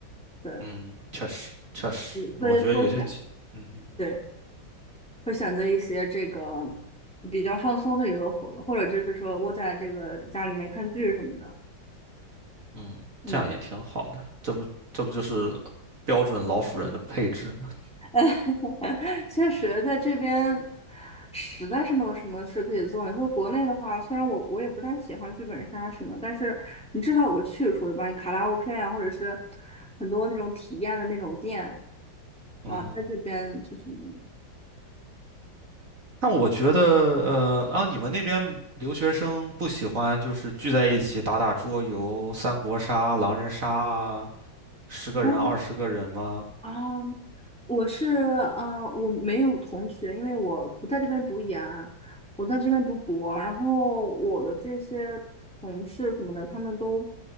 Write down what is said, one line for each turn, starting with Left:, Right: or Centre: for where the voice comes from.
Centre: 对，
Right: 嗯，确实确实，
Centre: 对，所以会选，
Right: 我觉得有些情，嗯哼
Centre: 对，会选择一些这个比较放松的娱乐活动，或者就是说窝在这个家里面看剧什么的。
Right: 嗯，
Centre: 嗯。
Right: 这样也挺好的，这不这不就是标准老鼠人的配置吗？
Centre: <laughs> 确实，在这边实在是没有什么事可以做你说国内的话，虽然我我也不太喜欢剧本杀什么，但是你至少有个去处，对吧？你卡拉 OK 啊，或者是很多那种体验的那种店
Right: 嗯哼。
Centre: 啊，在这边就是没有。
Right: 那我觉得，呃，啊，你们那边留学生不喜欢就是聚在一起打打桌游、三国杀、狼人杀啊，十个人、
Centre: 哦
Right: 二十个人吗？
Centre: 啊，我是呃，我没有同学，因为我不在这边读研，我在这边读博。然后我的这些同事什么的，他们都